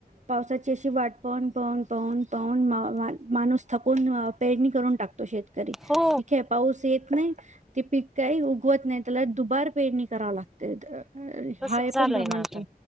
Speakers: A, on the right; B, in the centre.
A: पावसाची अशी वाट पाहून पाहून पाहून पाहून म माणूस थकून पेरणी करून टाकतो तरी..
B: हो
A: ठीके पाऊस येत नाही. ते पीक काही उगवत नाही त्याला दुबार पेरणी कराव लागते
B: तसच
A: हा हे
B: झालंय
A: पण प्रमाण
B: ना आता.
A: कर